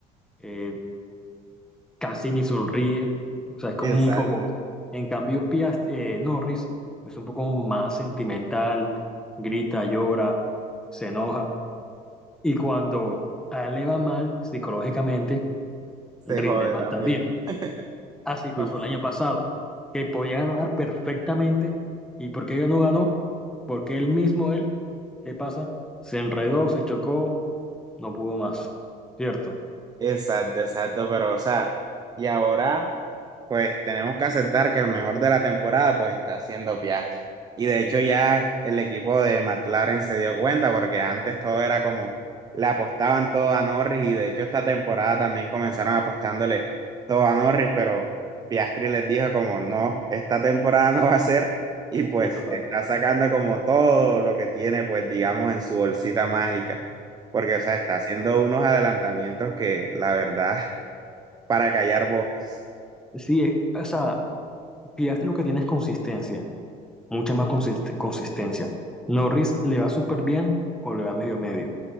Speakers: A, in the centre; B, on the right.
A: eh, casi ni sonríe, o sea, es
B: <laughs>
A: como
B: exacto,
A: un robot. En cambio, Piast eh, Norris es un poco más sentimental, grita, llora, se enoja. Y cuando a él le va mal psicológicamente,
B: se
A: rinde
B: jode
A: mal
B: también.
A: también.
B: <laughs>
A: Así pasó
B: Sí,
A: el
B: sí.
A: año pasado, que podía ganar perfectamente. ¿Y por qué no ganó? Porque él mismo, él, ¿qué pasa? Se enredó, se chocó, no pudo más. ¿Cierto?
B: Exacto, exacto, pero o sea, y ahora pues tenemos que aceptar que el mejor de la temporada pues está siendo Piastri. Y de hecho ya el equipo de McLaren se dio cuenta porque antes todo era como le apostaban todo a Norris y de hecho esta temporada también comenzaron apostándole todo a Norris, pero Piastri les dijo como no, esta temporada no va a ser y pues
A: Sí, total.
B: está sacando como todo lo que tiene pues digamos en su bolsita mágica. Porque, o sea, está haciendo unos adelantamientos que, la verdad, <laughs> para callar bocas.
A: Sí, eh, o sea, Piastri lo que tiene es consistencia, mucha más consiste- consistencia. Norris le va súper bien o le va medio medio.